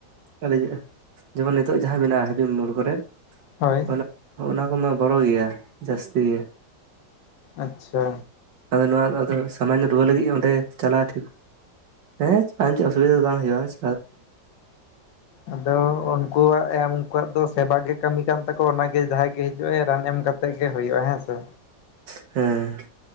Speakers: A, on the right; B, on the left.
A: ᱟᱣᱨᱤ ᱤᱭᱟᱹᱜ-ᱟ ᱡᱮᱢᱚᱱ ᱱᱤᱛᱚᱜ ᱡᱟᱸᱦᱟ ᱢᱮᱱᱟᱜ-ᱟ ᱦᱮᱵᱤᱢ ᱢᱳᱲ ᱠᱚᱨᱮᱫ᱾
B: ᱦᱳᱭ᱾
A: ᱚᱱᱟ ᱚᱱᱟ ᱠᱚᱢᱟ ᱵᱚᱲᱚ ᱜᱮᱭᱟ ᱡᱟᱥᱛᱤ ᱜᱮ᱾
B: ᱟᱪ-ᱪᱷᱟ᱾
A: ᱟᱫᱚ ᱱᱚᱣᱟ ᱫᱚ ᱟᱫᱚ ᱥᱟᱢᱟᱭᱱᱚ ᱨᱩᱣᱟᱹ ᱞᱟᱹᱜᱤᱜ ᱚᱸᱰᱮ ᱪᱟᱞᱟᱣ ᱴᱷᱤᱠ ᱦᱮᱸ ᱵᱟᱝ ᱪᱮᱜ ᱚᱥᱵᱤᱫᱟ ᱫᱚ ᱵᱟᱝ ᱦᱳᱭᱳᱜ-ᱟ᱾ <unintelligible>
B: ᱟᱫᱚ ᱩᱱᱠᱩᱣᱟᱜ ᱮᱢ ᱩᱱᱠᱩᱣᱟᱜ ᱫᱚ ᱥᱮᱵᱟ ᱜᱮ ᱠᱟᱹᱢᱤ ᱠᱟᱱ ᱛᱟᱠᱚᱣᱟ ᱚᱱᱟ ᱜᱮ ᱡᱟᱸᱦᱟᱭ ᱜᱮ ᱦᱤᱡᱩᱜ ᱟᱭ ᱨᱟᱱ ᱮᱢ ᱠᱟ ᱛᱮᱜᱮ ᱦᱳᱭᱳᱜ-ᱟ ᱦᱮᱸ ᱥᱮ᱾
A: ᱦᱮᱸ᱾